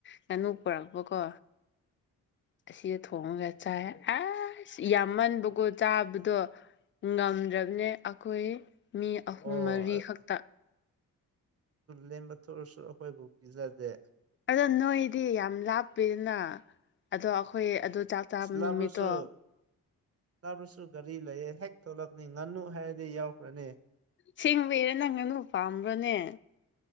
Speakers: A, on the left; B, on the right.
A: ꯉꯥꯅꯨ ꯄꯨꯔꯛꯄꯀꯣ ꯑꯁꯤꯗ ꯊꯣꯡꯉꯒ ꯆꯥꯏ ꯑꯁ ꯌꯥꯝꯃꯟꯕꯀꯣ ꯆꯥꯕꯗꯣ ꯉꯝꯗ꯭ꯔꯕꯅꯦ ꯑꯩꯈꯣꯏ ꯃꯤ ꯑꯍꯨꯝ
B: ꯑꯣ
A: ꯃꯔꯤ
B: ꯑꯗꯨ
A: ꯈꯛꯇ
B: ꯂꯦꯝꯕ ꯊꯣꯛꯑꯁꯨ ꯑꯩꯈꯣꯏꯕꯨ ꯄꯤꯖꯗꯦ
A: ꯑꯗꯣ ꯅꯣꯏꯗꯤ ꯌꯥꯝ ꯂꯥꯞꯄꯤꯗꯅ ꯑꯗꯣ ꯑꯩꯈꯣꯏ ꯑꯗꯨ ꯆꯥꯛ ꯆꯥꯕ
B: ꯂꯕ꯭ꯔꯣꯁꯨ
A: ꯅꯨꯃꯤꯠꯇꯣ
B: ꯅꯥꯕꯁꯨ ꯒꯥꯔꯤ ꯂꯩꯌꯦ ꯍꯦꯛ ꯊꯣꯛꯂꯛꯅꯤ ꯉꯥꯅꯨ ꯍꯥꯏꯔꯗꯤ ꯌꯥꯎꯈ꯭ꯔꯅꯤ
A: ꯁꯤꯡꯕꯩꯔꯦ ꯅꯪ ꯉꯅꯨ ꯄꯥꯝꯕ꯭ꯔꯣꯅꯦ